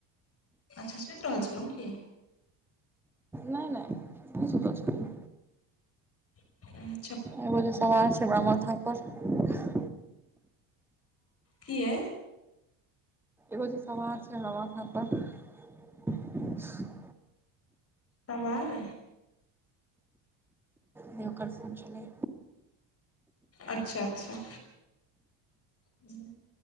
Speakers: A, on the left (about 30°); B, in the centre.
A: अच्छा सुइत रहल छलौं की?
B: नै- नै, नै सुतल छलौं।
A: उ <inaudible>
B: एगो जे सवार छै हमरा माथा पर।
A: किए।
B: एगो जे सवार छै हमरा माथा पर।
A: सवार।
B: नै ओकर फोन छलै।
A: अच्छा- अच्छा। हूं।